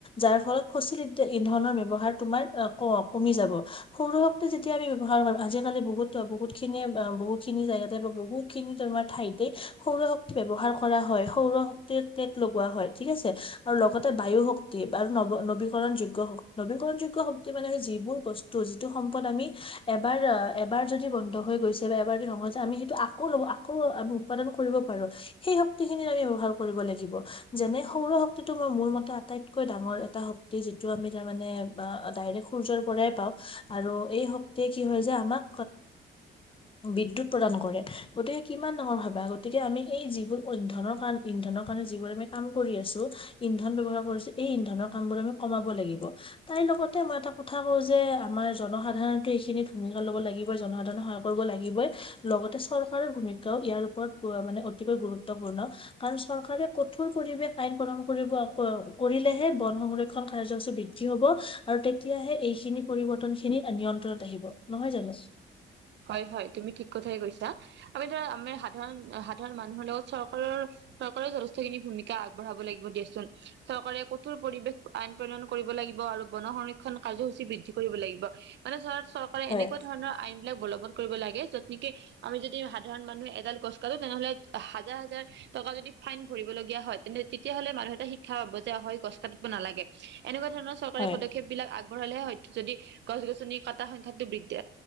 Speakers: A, on the left; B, on the right.
A: যাৰ ফলত সচিল্লিধে ইন্ধন ব্যৱহাৰ তোমাৰ ক কমি যাব সৌৰ শক্তি যেতিয়া আমি ব্যৱহাৰো আজিকালি বহুতো বহু খিনিয়ে বহু খিনি জেগাতে বা বহু খিনি তেনেকুৱা ঠাইত সৌৰ শক্তি ব্যৱহাৰ কৰা হয় সৌৰ শক্তিৰ প্লেট লগোৱা হয় ঠিক আছে আৰু লগতে বায়ু। শক্তি আৰু ন নবীকৰণ যোগ্য নবীকৰণ যোগ্য শক্তি মানে যিবোৰ বস্তু যিটো। সম্পদ আমি এবাৰ এবাৰ যদি বন্ধ হৈ গৈছে বা এবাৰ যদি ধ্বংস হৈছে আমি সেইটো আকৌ লব আকৌ। আমি উৎপাদন কৰিব পাৰো সেই শক্তি খিনি আমি ব্যৱহাৰ কৰিব লাগিব যেনে সৌৰ শক্তিটো ম মোৰ মতে আটাইতকৈ ডাঙৰ এটা শক্তি যিটো আমি তাৰ মানে ডাৰেক সূৰ্যৰ পৰাই পাওঁ আৰু এই শক্তিয়ে কি হয় যে আমাক। বিদ্যুত প্ৰদান কৰে। গতিকে কিমান ডাঙৰ ভাবা গতিকে আমি এই যিবোৰ ইন্ধয়নৰ কাৰণ ইন্ধন। কাৰণে যিবোৰ আমি কাম কৰি আছো ইন্ধন ব্যৱহাৰ কৰিছো এই ইন্ধনৰ কাম বোৰ আমি কমাব লাগিব। তাইৰ লগতে মই এটা কথা কওঁ যে আমাৰ। জনসাধাৰণো টো এইখিনি ভূমিকা লব লাগিব জনসাধাৰণক সহায় কৰিব লাগিবই লগতে চৰকাৰৰ ভূমিকাও ইয়াৰ ওপৰত অতি গুৰুত্বপূৰ্ণ কাৰণ চৰকাৰে কঠোৰ পৰিবেশন আইন প্ৰণয়নৰ কৰিব। কৰিলেহে বন সংৰক্ষণ কাৰ্যসূচী বৃদ্ধি হব আৰু তেতিয়াহে এইখিনি পৰিৱৰ্তন খিনিত নিয়ন্ত্ৰণত আহিব নহয় জানো।
B: হয় হয় তুমি ঠিক কথাই কৈছা আমি ধৰা আমাৰ সাধাৰণ সাধাৰণ মানুহৰ লগত চৰকাৰৰ চৰকাৰৰ যথেষ্টখিনি ভূমিকা আগবঢ়াব লাগিব দিয়া। ছোন চৰকাৰে কঠোৰ পৰিবেশ আইন প্ৰণয়ন কৰিব লাগিব আৰু বন সংৰক্ষণ কাৰ্যসূচী বৃদ্ধি কৰিব লাগিব। মানে চ চৰকাৰে
A: হয়
B: এনেকুৱা ধৰণৰ আইন <unintelligible> এইলাক বলবৎ কৰিব লাগে যত নেকি আমি যদি সাধাৰণ মানুহে এডাল গছ কাটো তেনেহলে হাজাৰ হাজাৰ টকা যদি ফাইন ভৰিব লগীয়া হয় তে তেতিয়া হলে মানুহ এটা শিক্ষা পাব যে অ গছ পাতিব নালাগে এনেকুৱা ধৰণৰ চৰকাৰে
A: হয়
B: পদক্ষেপ বিলাক আগবঢ়ালেহে হয়তো যদি গছ গছনি কটা সংখ্যাটো বৃদ্ধি